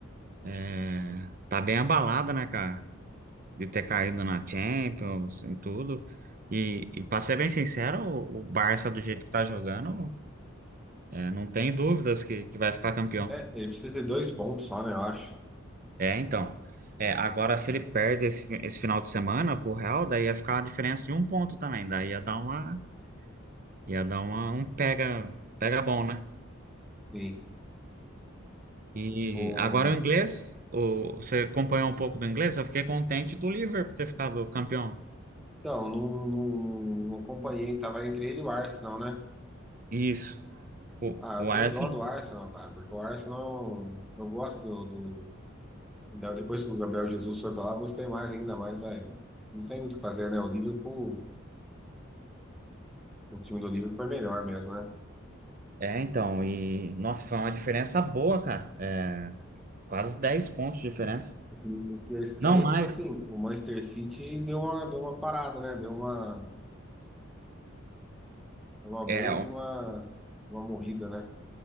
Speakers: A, on the right; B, in the centre.
A: é, tá bem abalado, né, cara? De ter caído na Champions, em tudo. E, e para ser bem sincero, o, o Barça do jeito que tá jogando, é, não tem dúvidas que, que vai ficar campeão.
B: É, ele precisa de dois pontos só, né? Eu acho.
A: É, então. É, agora se ele perde esse, fi- esse final de semana pro Real, daí ia ficar a diferença de um ponto também. Daí ia dar uma, ia dar uma, um pega, pega bom, né?
B: Sim.
A: E
B: O...
A: agora o inglês, o- você acompanhou um pouco do inglês? Eu fiquei contente do Liverpool ter ficado campeão.
B: Não, não, não, não, não acompanhei. Tava entre ele e o Arsenal, né?
A: Isso. O,
B: Ah, eu
A: o
B: tenho
A: Arsenal.
B: dó do Arsenal, cara, porque o Arsenal, eu gosto do, do... da- Depois que o Gabriel Jesus foi pra lá, eu gostei mais, ainda mais, velho. Não tem muito o que fazer, né? O Liverpool, o time do Liverpool é melhor mesmo, né?
A: É, então, e nossa, foi uma diferença boa, cara. É, quase 10 pontos de diferença.
B: O que o que é estranho,
A: Não mais.
B: é, tipo assim, o Manchester City deu uma, deu uma parada, né? Deu uma, deu uma
A: É,
B: boa de uma, uma morrida, né?